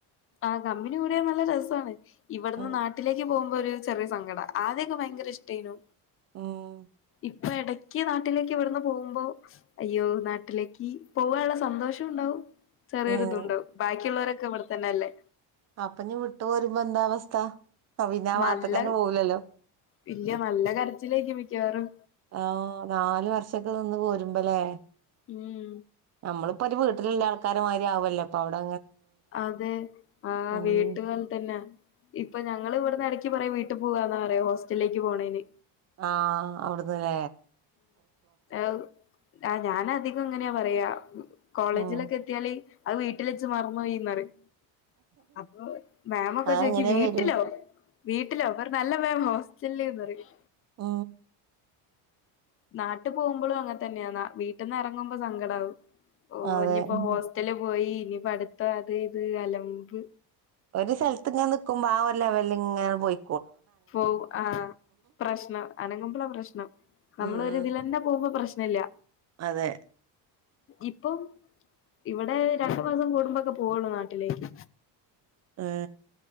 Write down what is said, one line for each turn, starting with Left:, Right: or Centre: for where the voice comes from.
Left: ആ കമ്പിനികൂടിയാൽ നല്ല രസമാണ് ഇവിടുന്ന്
Right: ഉം
Left: നാട്ടിലേക്ക് പോകുമ്പോ ഒരു ചെറിയ സങ്കട ആദ്യോക്കെ ഭയങ്കര ഇഷ്ട്ടയ്‌നു
Right: ഉം
Left: ഇപ്പൊ ഇടക്ക് നാട്ടിലേക്ക് ഇവിടുന്ന് പോകുമ്പോ അയ്യോ നാട്ടിലേക്ക് പോവാനുള്ള സന്തോഷം ഉണ്ടാവും ചെറിയൊരു
Right: ഉം
Left: ഇതുണ്ടാവും ബാക്കിയുള്ളവരൊക്കെ ഇവിടെ തന്നെല്ലേ?
Right: അപ്പൊ ഇഞ്ഞ് വിട്ടു പോരുമ്പോ എന്താ അവസ്ഥ ആ, പിന്നെ ആ
Left: നല്ല
Right: ഭാഗത്ത്ക്കന്നെ പോവൂലല്ലോ
Left: വെല്ല്യ നല്ല കരച്ചിലായിരിക്കും മിക്കവാററും.
Right: ആഹ് നാലു വർഷൊക്കെ നിന്ന് പോരുമ്പല്ലേ?
Left: ഉം
Right: മ്മളിപ്പോ ഒരു വീട്ടിലുള്ള ആൾക്കാര്മാരി ആവല്ലോ അപ്പവടെ
Left: അതെ ആ
Right: ഉം
Left: വീട്ടു പോലെ തന്നെ ഇപ്പൊ ഞങ്ങൾ ഇവിടന്ന് ഇടയ്ക്ക് പറയും വീട്ടിൽ പോവാന്നാ പറയാ ഹോസ്റ്റലിലേക്ക് പോവണേന്
Right: ആ അവുട്ന്ന്ലേ
Left: ഏവു ഞാൻ അധികം ഇങ്ങനെയാ പറയാ കോളേജിലൊക്കെ
Right: ഉം
Left: എത്തിയാല് അത് വീട്ടില് വെച്ച് മറന്ന് പോയീന്ന് പറിം. അപ്പൊ മേമൊക്കെ
Right: അത്
Left: ചോയ്ക്കും
Right: അങ്ങനെ
Left: വീട്ടിലോ?
Right: വരും
Left: വീട്ടിലോ അല്ല ർ അല്ല മേം ഹോസ്റ്റൽന്ന് പറയും
Right: ആ
Left: നാട്ട് പോകുമ്പോഴും അങ്ങനെ തന്നെയാ വീട്ടന്ന ഇറങ്ങുമ്പോ സങ്കടാവും. ഓ
Right: അതെ
Left: ഇഞ്ഞിപ്പോ ഹോസ്റ്റല് പോയി ഇനി പടുത്ത അത് ഇത് അലമ്പ്.
Right: ഒരു സ്ഥലത്ത് ഇങ്ങനെ നിക്കുമ്പോ ആ ഒരു ലെവല് ഇങ്ങനെ പോയി
Left: പോ ആഹ് പ്രശ്നം അനങ്ങുമ്പള പ്രശ്നം. നമ്മല്ലൊരുതില്ലെന്നേ
Right: ഉം
Left: പോകുമ്പോ പ്രശ്ന ഇല്ല
Right: അതെ
Left: ഇപ്പം ഇവിടെ രണ്ടു മാസം കൂടുമ്പോക്കെ പോവുള്ളൂ നാട്ടിലേക്ക്
Right: ഏ